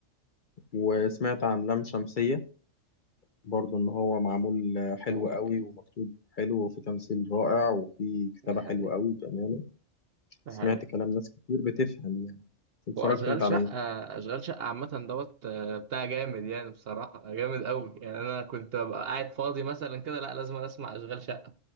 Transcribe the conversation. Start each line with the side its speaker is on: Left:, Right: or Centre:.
Left: وسمعت عن لام شمسية برضه إن هو معمول آه، حلو
Right: هو
Left: أوي ومكتوب حلو وفي تمثيل رائع وفي كتابة
Right: ده حقيقي
Left: حلوة أوي بأمانة
Right: ده
Left: سمعت
Right: حقيقي
Left: كلام ناس كتير بتفهم يعني اتفرجت
Right: واشغال
Left: أنت على
Right: شقه اشغال شقه عامه دوت آه، بتاع جامد يعني بصراحه جامد قوي يعني انا كنت ببقى قاعد فاضي مثلا كده لا لازم أنا اسمع اشغال شقه